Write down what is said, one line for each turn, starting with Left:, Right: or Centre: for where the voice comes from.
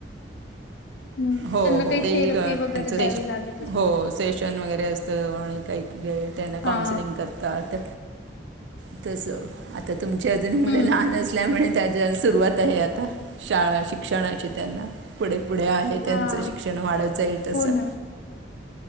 Left: ह्
Right: हो
Left: त्यांना
Right: हो
Left: काही
Right: ते
Left: थेरपी
Right: एक, अ,
Left: वगैरे
Right: त्यांचं सेशन
Left: द्यावी लागेल
Right: हो सेशन वगैरे असत आणि काही त्यांना काउन्सिलिंग
Left: हा.
Right: करतात. <inaudible> तस आता तुमची अजून मुलं
Left: हम्म.
Right: लहान असल्यामुळे त्याच्या सुरुवात आहे आता शाळा शिक्षणाचे त्यांना पुढे पुढे. त्यांचं
Left: हा.
Right: शिक्षण वाढत जाईल अससं
Left: हो ना.